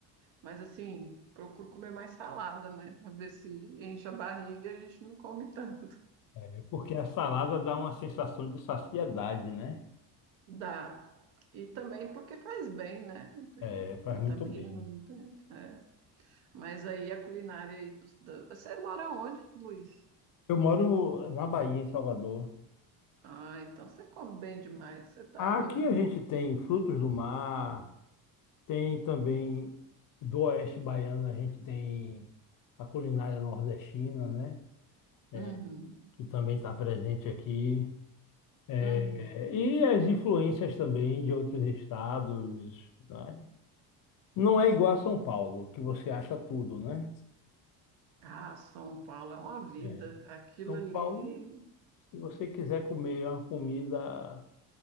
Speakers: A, on the right; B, on the left.
A: Mas assim, procuro comer mais salada, né? Para ver se enche a barriga e a gente não come tanto.
B: É, porque a salada dá uma sensação de saciedade, né?
A: Dá. E também porque faz bem, né? Tem
B: É, faz
A: vitamina,
B: muito bem.
A: não tem, né? Mas aí a culinária aí dos- da- Você mora onde, Luiz?
B: Eu moro na Bahia, em Salvador.
A: Ah, então você come bem demais. Você tá
B: Aqui
A: é doido.
B: a gente tem frutos do mar, tem também do oeste baiano, a gente tem a culinária nordestina, né? É,
A: Uhum,
B: Que também está presente aqui. É,
A: uhum.
B: e as influências também de outros estados, né? Não é igual a São Paulo, que você acha tudo, né?
A: Ah, São Paulo é uma vida.
B: É.
A: Aquilo
B: São
A: ali,
B: Paulo, se você quiser comer uma comida.